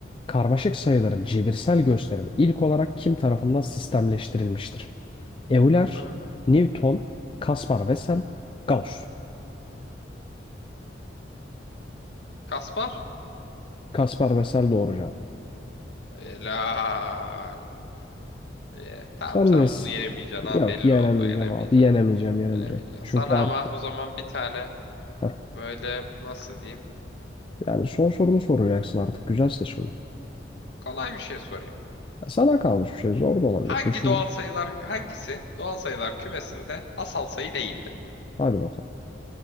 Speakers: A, on the left (about 25°); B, on the left (about 70°).
A: Karmaşık sayıların cebirsel gösterimi ilk olarak kim tarafından sistemleştirilmiştir? Euler,
B: Öyle.
A: Newton, Kaspar Wessel, Gauss.
B: Kaspar.
A: Kaspar Wessel doğru cevap.
B: Helal. Ye. Tamam
A: Sen
B: sen
A: nesin?
B: bunu yenemeyeceksin ha
A: Yok
B: belli
A: yenemeyeceğim
B: oldu yenemeyeceksin.
A: abi. Yenemeyeceğim, yenemeyeceğim.
B: Yenemeyeceksin.
A: Çünkü
B: Sana
A: artık
B: ama o zaman bir tane
A: heh,
B: böyle nasıl diyeyim?
A: yani son sorumu soracaksın artık. Güzel seç onu.
B: Kolay bir şey sorayım.
A: Sana kalmış bir şey. Zor da olabilir.
B: Hangi
A: Düşündür.
B: doğal sayılar hangisi doğal sayılar kümesinde asal sayı değildir?
A: Hadi bakalım.